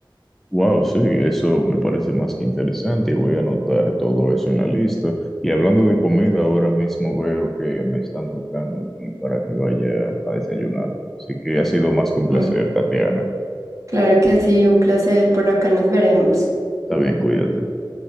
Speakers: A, in the centre; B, on the right.
A: Wow, sí, eso me parece más que interesante y voy a anotar todo eso en la lista. Y hablando de comida, ahora mismo veo que me están tocando aquí para que vaya a desayunar. Así que ha sido más que un placer,
B: Mm,
A: Tatiana.
B: Claro que sí, un placer. Por acá nos veremos.
A: Está bien, cuídate.